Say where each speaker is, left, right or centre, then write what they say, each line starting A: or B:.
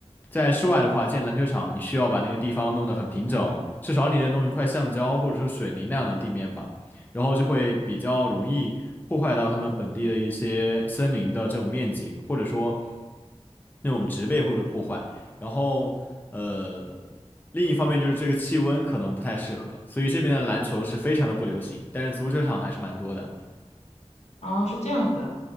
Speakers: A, on the left; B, on the left.
A: 在室外的话，建篮球场，你需要把那个地方弄得很平整，至少你得弄一块橡胶或者说水泥那样的地面吧，然后就会比较容易破坏到他们本地的一些森林的这种面积，或者说那种植被会被破坏。然后，呃，另一方面就是这个气温可能不太适合，所以这边的篮球是非常的不流行，但是足球场还是蛮多的。
B: 啊，是这样子啊，